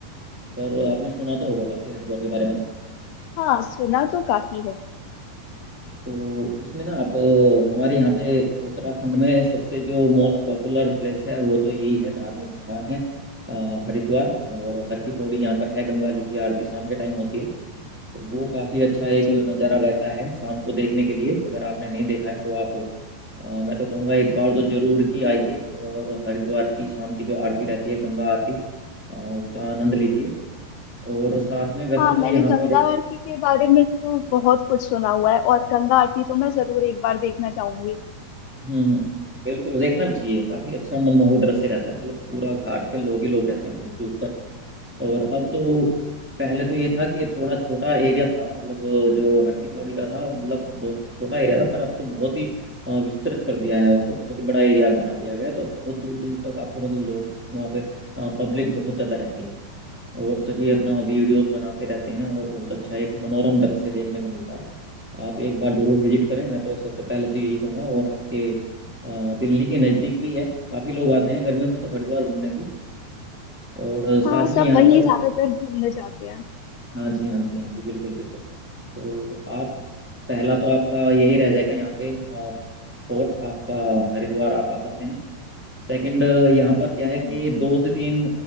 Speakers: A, in the centre; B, on the left (about 80°).
A: पर आपने सुना तो होगा काफ़ी हरिद्वार के बारे में
B: हाँ सुना तो काफी है
A: तो इसमें ना आप अ, हमारे यहाँ पे उत्तराखंड में सबसे जो मोस्ट पॉपुलर प्लेस है वो तो यही है धार्मिक स्थान है अ, हरिद्वार और हर की पौड़ी यहाँ पर है गंगा जी की आरती शाम के टाइम होती है तो वो काफी अच्छा एक
B: जी
A: नज़ारा रहता है शाम को देखने के लिए अगर आपने नहीं देखा है तो आप अ, मैं तो कहूँगा एक बार तो जरूर ही आइए और हरिद्वार की शाम की जो आरती रहती है गंगा आरती अ, उसका आनंद लीजिए और साथ में वैसे
B: हाँ
A: तो
B: मैंने
A: यहाँ
B: गंगा
A: पर
B: आरती के बारे में तो बहुत कुछ सुना हुआ है और गंगा आरती तो मैं जरूर एक बार देखना चाहूंगी
A: हम्म बिल्कुल देखना भी चाहिए काफी अच्छा मनमोहक दृश्य रहता है मतलब पूरा घाट पे लोग ही लोग रहते हैं बहुत दूर तक और अब तो पहले तो ये था कि थोड़ा छोटा एरिया था मतलब जो हर की पौड़ी का था मतलब बहुत छोटा एरिया था पर अब तो बहुत ही अ, विस्तृत कर दिया है उसको बहुत ही बड़ा एरिया बना दिया गया है तो बहुत दूर दूर तक आपको मतलब लोग वहाँ पे पब्लिक बहुत ज्यादा रहती है और सभी अपना वीडियोस बनाते रहते हैं और बहुत अच्छा एक मनोरम दृश्य देखने को मिलता है आप एक बार जरूर विजिट करें मैं तो सबसे पहले तो यही कहूंगा और आपके अ, दिल्ली के नज़दीक भी है काफ़ी लोग आते हैं गर्मियों में तो हरिद्वार घूमने भी और साथ
B: हाँ
A: में
B: सब
A: यहाँ
B: वहीं
A: पर
B: ज्यादातर घूमने जाते हैं
A: हाँ जी हाँ जी हाँ जी बिल्कुल बिल्कुल तो आप पहला तो आपका यही रह जाएगा यहाँ पे स्पॉट आपका हरिद्वार आप आ सकते हैं सेकंड यहाँ पर क्या
B: हम्म।
A: है कि दो से तीन